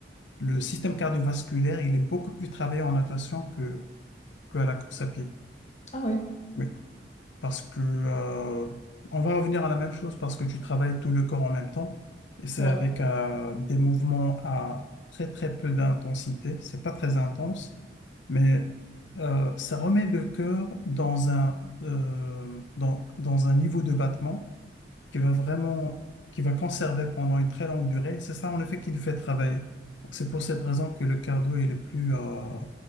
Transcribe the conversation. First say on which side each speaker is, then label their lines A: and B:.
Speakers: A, on the left; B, on the left.
A: le système cardiovasculaire, il est beaucoup plus travaillé en natation que, que à la course à pied.
B: Ah ouais,
A: Oui, parce que euh, on va revenir à la même chose parce que tu travailles tout le corps en même temps et c'est
B: ouais.
A: avec euh, des mouvements à très très peu d'intensité. C'est pas très intense, mais euh, ça remet le cœur dans un euh, dans dans un niveau de battement qui va vraiment, qui va conserver pendant une très longue durée. C'est ça, en effet, qui nous fait travailler. Donc, c'est pour cette raison que le cardio il est le plus, euh,